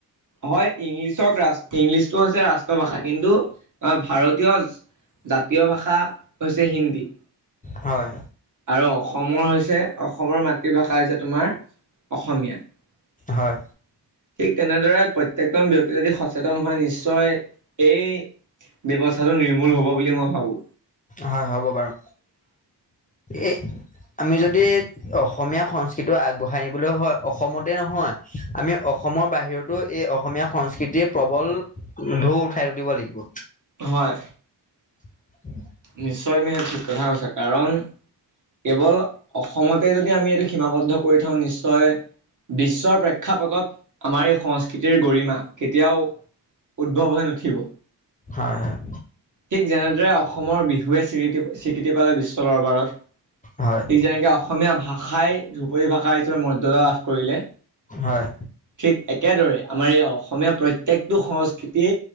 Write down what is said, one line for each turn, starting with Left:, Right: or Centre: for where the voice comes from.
Right: মই ইংলিছৰ ৰাষ্ট ইংলিছটো হৈছে <unintelligible> ভাষা, কিন্তু ভাৰতীয় জাতীয় ভাষা হৈছে হিন্দী।
Left: হয়।
Right: আৰু অসমৰ হৈছে অসমৰ মাতৃভাষা হৈছে তোমাৰ অসমীয়া। ঠিক
Left: হয়
Right: তেনেদৰে প্ৰত্যেকজনে ব্যক্তি যদি সচেতন হয় নিশ্চয় এই ব্যৱস্থাটো নিৰ্মূল হ'ব বুলি মই ভাবোঁ।
Left: হয়, হ'ব বাৰু, এই আমি যদি অসমীয়া সংস্কৃতিটো আগবঢ়াই নিবলৈ হয় অসমতে নহয় আমি অসমৰ বাহিৰতো এই অসমীয়া সংস্কৃতিৰ প্ৰবল ঢৌ উঠাই তুলিব লাগিব।
Right: হয়।
Left: <unintelligible>
Right: নিশ্চয় <unintelligible> ঠিক কথা কৈছা। কাৰণ কেৱল অসমতে যদি আমি এইটো সীমাবদ্ধ কৰি থওঁ নিশ্চয় বিশ্বৰ প্ৰেক্ষাপটত আমাৰ এই সংস্কৃতিৰ গৰিমা। কেতিয়াও উদ্ভৱ হৈ নুঠিব।
Left: হয়, হয়।
Right: ঠিক যেনেদৰে অসমৰ বিহুৱে স্বীৃতি স্বীকৃতি পালে বিশ্ব দৰবাৰত।
Left: হয়
Right: ঠিক যেনেকে অসমীয়া ভাষাই ধ্ৰুপদী ভাষা হিচাপে মৰ্যদা লাভ কৰিলে।
Left: হয়।
Right: ঠিক একেদৰে আমাৰ এই অসমীয়া প্ৰত্যেকটো সংস্কৃতি